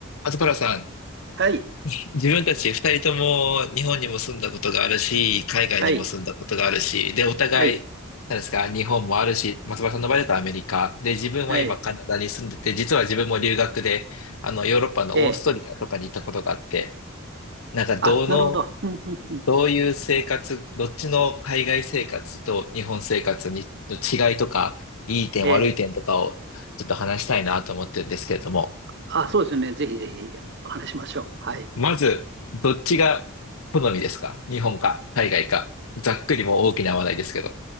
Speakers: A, on the left; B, on the right.
A: 松原さん、
B: はい、
A: 自分たち二人とも日本にも住んだことがあるし、海外にも住んだことがあるし、
B: はい、
A: で、お互い、
B: はい、
A: 何ですか、日本もあるし、松原さんの場合だとアメリカ。で、自分は今カナダに住んでて、
B: はい。
A: 実は自分も留学で、あの、ヨーロッパのオーストリアとかに行ったことがあって、
B: ええ。
A: なんか、どの、
B: あ、なるほど。うん、うん、うん。
A: どういう生活、どっちの海外生活と日本生活にの違いとか、いい点、
B: ええ。
A: 悪い点とかをちょっと話したいなと思ってるんですけれども。
B: あ、そうですね。ぜひぜひ、お話ししましょう。はい。
A: まず、どっちが好みですか日本か海外か。ざっくりもう大きな話題ですけど。